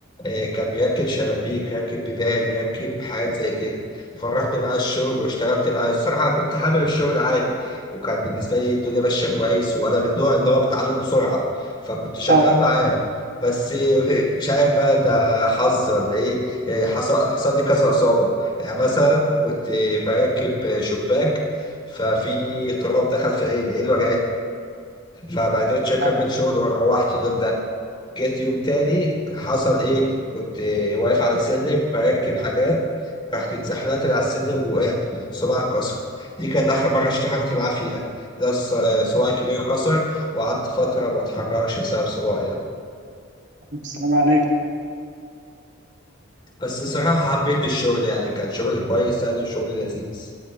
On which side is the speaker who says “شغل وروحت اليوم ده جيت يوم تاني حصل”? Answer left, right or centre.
Left